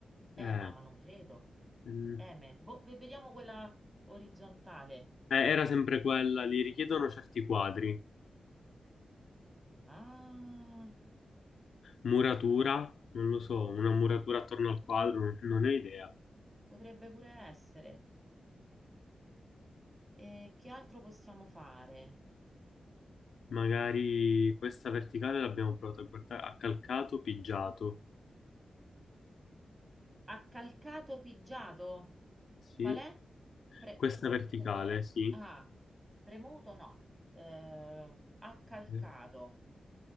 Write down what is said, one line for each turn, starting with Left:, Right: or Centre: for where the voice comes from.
Right: Eh,
Left: Eh,
Right: mamma, non credo.
Left: mm.
Right: Eme, boh, ve- vediamo quella orizzontale.
Left: Eh, era sempre quella, li richiedono certi quadri.
Right: Ah,
Left: Muratura, non lo so, una muratura attorno al quadro, non non ne ho idea.
Right: potrebbe pure essere. E che altro possiamo fare?
Left: Magari questa verticale l'abbiamo provata a guardare. Accalcato, pigiato.
Right: Accalcato pigiato?
Left: Sì.
Right: Qual è? Pre-
Left: Questa
Right: pre-
Left: verticale,
Right: pre-
Left: sì.
Right: ah, premuto no. Eh, accalcato.
Left: Sì.